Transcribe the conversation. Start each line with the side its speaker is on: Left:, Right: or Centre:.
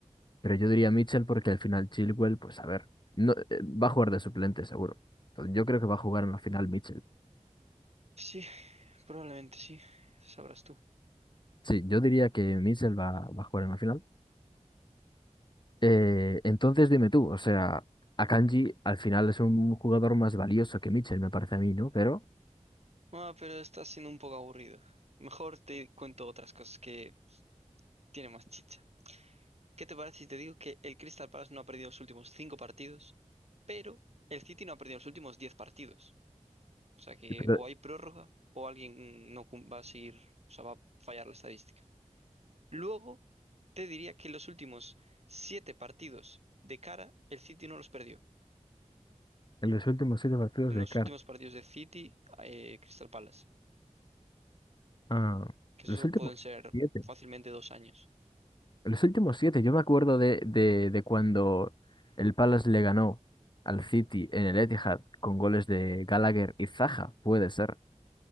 Left: Pero yo diría Mitchell porque al final Chilwell, pues a ver, no, eh, va a jugar de suplente seguro. Entonces, yo creo que va a jugar en la final Mitchell.
Right: Sí, <laughs> probablemente sí, sabrás tú.
Left: Sí, yo diría que Mitchell va, va a jugar en la final. Eh, entonces, dime tú, o sea, Akanji al final es un jugador más valioso que Mitchell, me parece a mí, ¿no? Pero...
Right: Ah, pero está siendo un poco aburrido. Mejor te cuento otras cosas que tienen más chicha. ¿Qué te parece si te digo que el Crystal Palace no ha perdido los últimos cinco partidos, pero el City no ha perdido los últimos diez partidos? O sea que
Left: Pero-
Right: o hay prórroga o alguien no cum- va a seguir, o sea, va a fallar la estadística. Luego, te diría que los últimos siete partidos de cara, el City no los perdió.
Left: En los últimos siete partidos
Right: En los
Left: de CAR.
Right: últimos partidos de City, eh, Crystal Palace,
Left: Ah,
Right: que eso
Left: los últimos
Right: pueden ser
Left: siete.
Right: fácilmente dos años.
Left: Los últimos siete. Yo me acuerdo de, de, de cuando el Palace le ganó al City en el Etihad con goles de Gallagher y Zaha, puede ser.